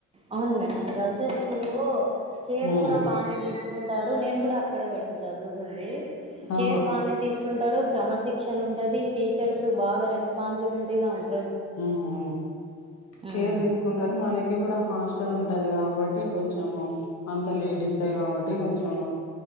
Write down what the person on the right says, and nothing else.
అవును మేడం గర్ల్స హై స్కూలో కేర్
కూడా బానే తీసుకుంటారు నేను కూడా అక్కడే మేడం చదువుకుంది కేర్
బాగానే తీసుకుంటారు క్రమశిక్షణ ఉంటుది టీచర్స్ బాగా రెస్పాన్సిబిలిటీ గా ఉంటంది
ఉమ్